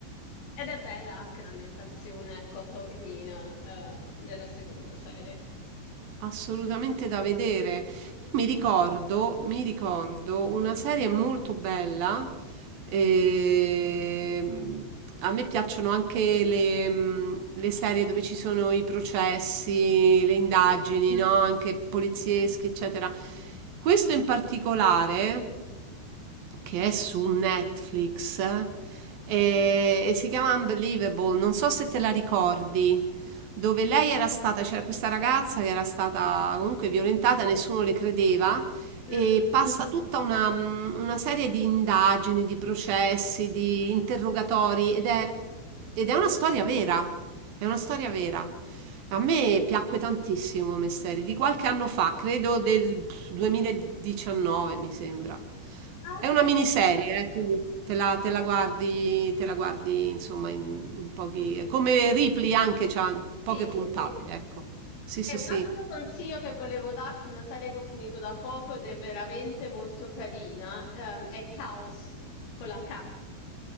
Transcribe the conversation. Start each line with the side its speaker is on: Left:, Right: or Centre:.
Left: ed è bella anche l'ambientazione, ecco, a Taormina ehm, della seconda serie.
Right: Assolutamente da vedere. Io mi ricordo, mi ricordo una serie molto bella. ehm, a me piacciono anche le, mm, le serie dove ci sono i processi, le indagini,
Left: Mm,
Right: no? Anche polizieschi, eccetera. Questo in particolare, che è su Netflix, eh, e si chiama Unbelievable. Non so se te la ricordi dove lei era stata, c'era questa ragazza che era stata comunque violentata, nessuno le credeva, e
Left: mm.
Right: passa tutta una, mm, una serie di indagini, di processi, di interrogatori ed è, ed è una storia vera. È una storia vera. A me piacque tantissimo Misteri, di qualche anno fa, credo del pff, 2019, mi sembra.
Left: Ah,
Right: È
Left: ok,
Right: una miniserie, eh, quindi te la, te la guardi, te la guardi, insomma, in, in pochi... è Come Ripley anche, c'ha
Left: sì,
Right: poche
Left: sì,
Right: puntate,
Left: sì.
Right: ecco. Sì, sì,
Left: E un
Right: sì.
Left: altro consiglio che volevo darti, una serie che ho finito da poco ed è veramente molto carina, ehm, è Chaos con la K.